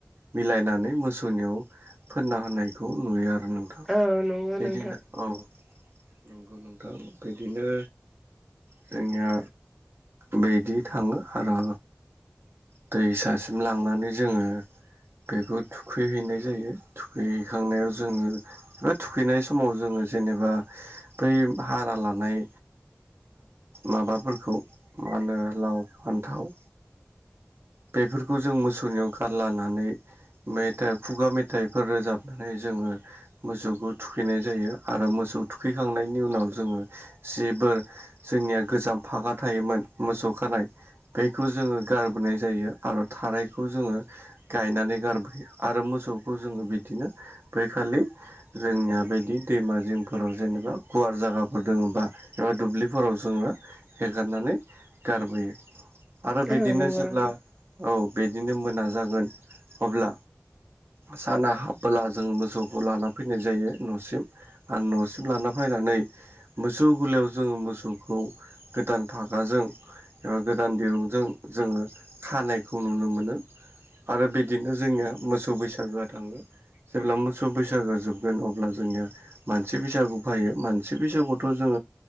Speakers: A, on the right; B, in the centre.
A: मिलायनानै मोसौनियाव फोनना होनायखौ आं नोंथां
B: औ नंगौ
A: बिदिनो
B: नोंथां
A: औ नंगौ नोंथां बिदिनो जोंनिया बिदि थाङो आरो दैसासिम लांनानै जोङो बेखौ थुखैहैनाय जायो थुखैहैखांनायाव जोङो बा थुखैनाय समाव जोङो जेनेबा बै हारा लानाय माबाफोरखौ मा होनो लाव फानथाव बेफोरखौ जों मोसौनियाव गारलानानै मेथाइ खुगा मेथाइफोर रोजाबनानै जोङो मोसौखौ थुखैनाय जायो आरो मो सौ थुखैखांनायनि उनाव जोङो जेबो जोंनिया गोजाम फागा थायोमोन मो सौ खानाय बेखौ जोङो गारबोनाय जायो आरो थारायखौ जोङो गायनानै गारबोयो आरो मोसौखौ जोङो बिदिनो बैखालि जोंनिया बायदि दैमा जिंफोराव जेनेबा गुवार जागाफोर दङबा एबा दुब्लिफोराव जोङो हेगारनानै गारबोयो आरो
B: औ
A: बिदिनो
B: नंगौ
A: जेब्ला
B: नोंथां
A: औ बिदिनो मोना जागोन अब्ला साना हाबबोला जों मोसौखौ लाना फैनाय जायो न'सिम आरो न'सिम लाना फैनानै मोसौ गोलियाव जोङो मोसौखौ गोदान फागा जों एबा गोदान दिरुंजों जोङो खानायखौ नुनो मोनो। आरो बिदिनो जोंनिया मोसौ बैसागोआ थाङो जेब्ला मोसौ बैसागो जोबगोन अब्ला जोंनिया मानसि बैसागु फायो मानसि बैसागुआवथ' जो ङो